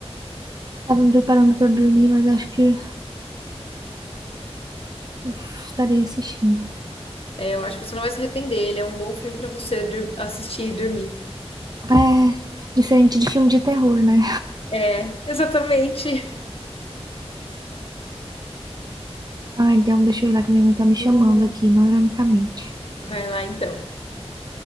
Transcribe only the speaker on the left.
É, eu acho que você não vai se arrepender. Ele é um bom filme pra você dur- assistir e dormir.
É, exatamente.
<laughs> Vai lá então.